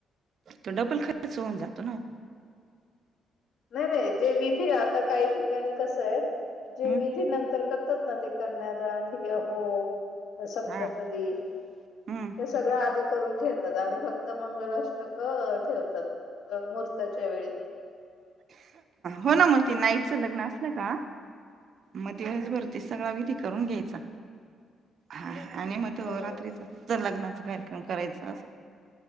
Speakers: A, on the right (about 60°); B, on the left (about 75°).
A: तो डबल खर्च होऊन जातो ओ.
B: नाय नाय जे विधी आता काही ठिकाणी कसय जे
A: हम्म
B: विधी नंतर करतात ना ते कन्यादान या ओम अ सप्तपदी
A: हा
B: हे
A: हम्म
B: सगळं अधी करून घेतात आणि फक्त मंगलाष्टक ठेवतात अ महूर्ताच्या वेळी
A: हो ना म ते नाईटचं लग्न असलं का म दिवस
B: हं.
A: भर तेच सगळा विधी करून घ्यायचा हा आणि म तो
B: हो
A: रात्रीचा फक्त लग्नाचा कार्यक्रम करायचा अस.